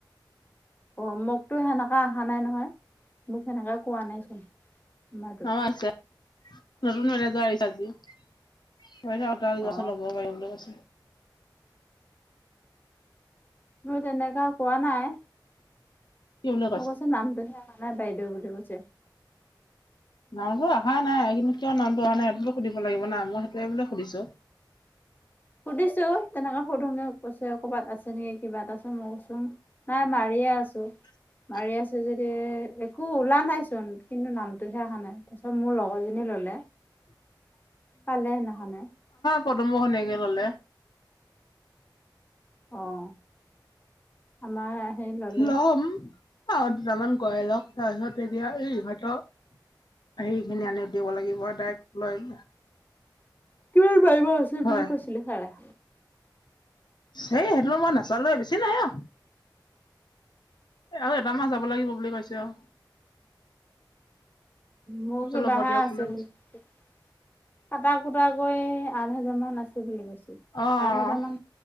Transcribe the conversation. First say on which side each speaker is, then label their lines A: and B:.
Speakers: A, on the left; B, on the left.
A: অ', মোকতো সেনেককাে অহা নাই নহয় মোক সেনেকে কোৱা নাইচোন। আমাৰটোত
B: নম আছে নতুন মেনেজাৰ আহিছে আজি। <unintelligible>
A: অ
B: লব পাৰিব বুলি কৈছে।
A: মই তেনেকা কোৱা নাই।
B: কি বুলি
A: মোৰ কৈছে নামটোহে অহা নাই বাইদেউ বুলি কৈছে।
B: নামটো আহা নাই কিন্তু কিয় নামটো অহা নাই সেইটোতো সুধিব লাগিব নাই মই সেইটোৱে বোলে সুধিছো।
A: সুধিছো তেনেকে সুধোগে কৈছে ক'বাত আছে নেকি কিবা এটা চোন মই কৈ নাই মাৰিয়ে আছো।
B: <unintelligible>
A: মাৰি আছে যদি একো ওলা নাইচোন কিন্তু নামটোহে অহা নাই তাৰপিছত মোৰ লগৰজনী ললে।
B: <inaudible>
A: পালে সেইদিনা খনে।
B: পদুমৰ ঘৈণীয়েকে ল'লে।
A: অ', আমাৰ সেই ল'লে
B: লম আৰু দুটামান কৰাই লক তাৰপিছত এতিয়া এই ইহঁতৰ সেই খিনি আনি দিব লাগিব ডাইৰেক্ট লৈ
A: কিমান মাৰিব আছে
B: হয়
A: বুলি কৈছিল ছাৰে।
B: সেই সেইটোলৈ মই নাচালোৱে বেছি নাই অ <inaudible> এ আৰু এটা মাহ যাব লাগিব বুলি কৈছে আৰু।
A: মোৰ কিবাহে
B: ল'ব দিয়ক
A: আছে
B: কৈছে
A: বুলি কটা কুটা কৰি দহ হাজাৰ মান আছে বুলি কৈছে।
B: অ',
A: আঠ হাজাৰ মান